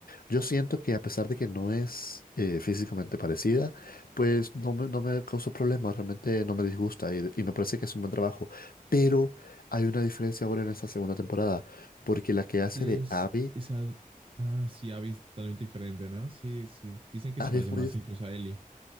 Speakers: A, on the left (about 80°); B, on the right (about 35°).
A: Yo siento que a pesar de que no es eh, físicamente parecida, pues no me, no me causó problemas, realmente no me disgusta y, y me parece que es un buen trabajo. Pero hay una diferencia ahora en esta segunda temporada porque la que hace
B: Que
A: de
B: es
A: Abby,
B: esa... Ah, sí, Abby es totalmente diferente, ¿no? Sí, sí. Dicen que
A: Abby
B: se parece
A: es muy...
B: más
A: des-
B: incluso a Ellie,